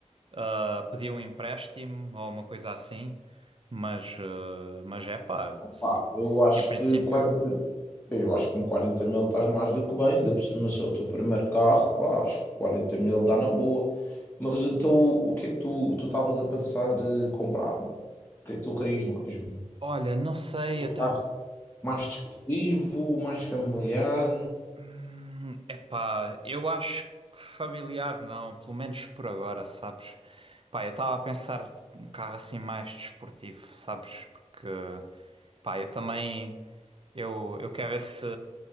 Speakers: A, on the right; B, on the left.
A: eh, pedir um empréstimo ou uma coisa assim. Mas, eh, mas é pá, se-
B: Pá, eu acho
A: em princípio,
B: que 40, eu acho que com quarenta mil estás mais do que bem, ainda por cima se é o teu primeiro carro, pá, acho que quarenta mil dá na boa. Mas então o que é que tu tu estavas a pensar de comprar? O que é que tu querias mesmo?
A: olha, não sei,
B: Um
A: eu ta-
B: carro mais desportivo, mais familiar?
A: Hum, epá, eu acho que familiar não, pelo menos por agora, sabes? Pá, eu estava a pensar um carro assim mais desportivo, sabes? Porque, pá, eu também, eu, eu quero ver se